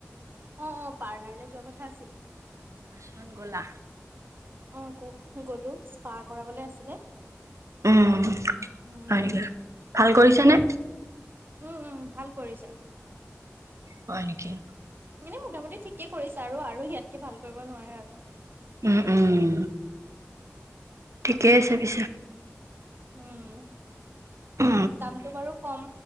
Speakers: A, on the right (about 45°); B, on the right (about 75°).
A: অ অ পাৰ্লাৰলৈ যোৱা কথা আছিল।
B: কিহত গলা।
A: অ ক গলো্ ইছ পা কৰাবলে আছিলে।
B: উম
A: উম উম
B: হয় নেকি ভাল কৰিছে নে?
A: উম উম ভাল কৰিছা।
B: হয় নেকি
A: মানে মোটামুটি ঠিকে কৰিছে আৰু আৰু ইয়াতকে ভাল কৰিব নোৱাৰে আৰু।
B: উম উম ঠিকেই আছে পিছে।
A: উম
B: উ
A: দামটো বাৰু কম